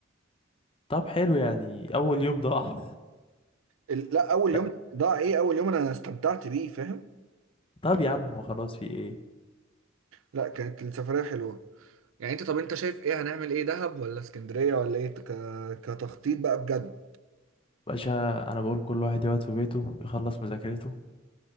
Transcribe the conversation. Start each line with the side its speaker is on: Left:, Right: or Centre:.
Left: طب حلو يعني اول يوم ضاع
Right: ال- لا
Left: <laughs>
Right: اول
Left: ط-
Right: يوم ضاع ايه اول يوم انا استمتعت بيه فاهم
Left: طب يا عم خلاص في ايه
Right: لا كانت السفريه حلوه يعني انت طب انت شايف ايه هنعمل ايه دهب ولا اسكندرية ولا ايه ك... كتخطيط بقى بجد
Left: باشا انا بقول كل واحد يقعد في بيته يخلص مذاكرته